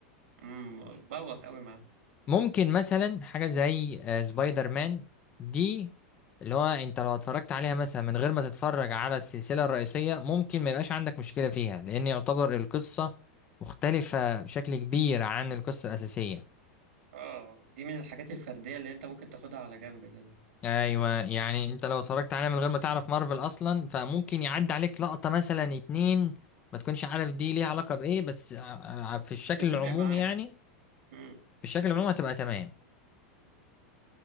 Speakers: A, on the right; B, on the left.
A: امم بوخ قوي معاه
B: ممكن مثلا حاجة زي آه، سبايدر مان دي اللي هو انت لو اتفرجت عليها مثلا من غير ما تتفرج على السلسلة الرئيسية ممكن ما يبقاش عندك مشكلة فيها لأن يعتبر القصة مختلفة بشكل كبير عن القصة الأساسية
A: اه دي من الحاجات الفرديه اللي انت ممكن تاخدها على جنب كده
B: ايوه يعني انت لو اتفرجت عليها من غير ما تعرف مارفل اصلا فممكن يعدي عليك لقطة مثلا اتنين ما تكونش عارف دي ليها علاقة بايه بس ع- ع- في الشكل
A: مش هتفرق
B: العمومي
A: معاك
B: يعني
A: امم
B: في الشكل العمومي هتبقى تمام